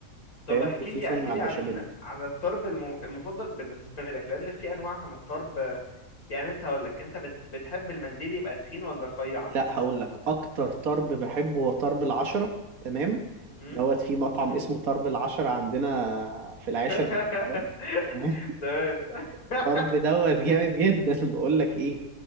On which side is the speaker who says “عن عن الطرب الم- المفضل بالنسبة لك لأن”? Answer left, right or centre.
Left